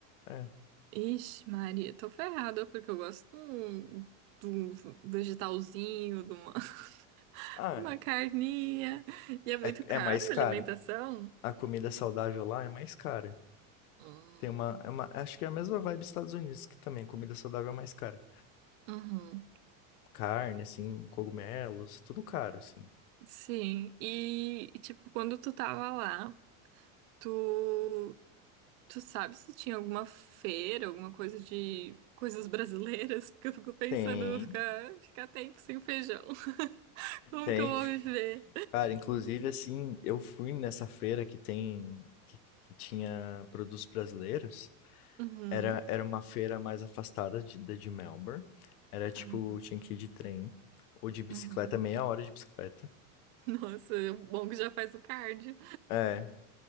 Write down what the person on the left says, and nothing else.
É.
Ah,
é, é
é mais caro.
A comida saudável lá é mais cara.
Tem uma, é uma- Acho que é a mesma vibe dos Estados Unidos, que também comida saudável é mais cara.
Carne, assim, cogumelos, tudo caro, assim.
Tem,
tem.
Cara, inclusive, assim, eu fui nessa feira que tem. Que, que tinha produtos brasileiros.
Era, era uma feira mais afastada de, da de Melbourne. Era tipo,
tinha que ir de trem ou de bicicleta,
meia hora de bicicleta.
É,